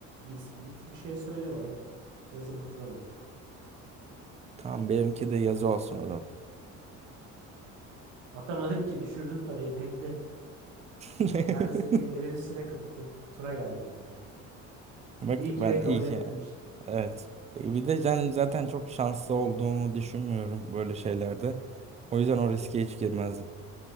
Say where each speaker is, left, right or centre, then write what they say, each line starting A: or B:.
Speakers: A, on the right (about 80°); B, on the right (about 20°).
A: risk bir, bir şey söyle bana. Yazı mı tura mı?
B: Tamam benimki de yazı olsun o zaman.
A: Atamadım ki düşürdüm parayı bekle.
B: <laughs>
A: Ben de senin gibi elin üstüne kapatıyorum. Tura geldi kanka.
B: Bak
A: İyi ki
B: ben
A: de
B: iyi
A: kabul etmemiş.
B: ki. Evet. E, Bir de yani zaten çok şanslı olduğumu düşünmüyorum böyle şeylerde. O yüzden o riske hiç girmezdim.